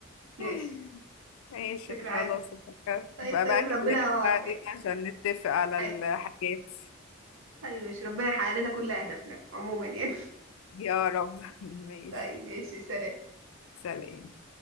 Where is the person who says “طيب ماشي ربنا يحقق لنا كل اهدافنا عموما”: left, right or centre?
Right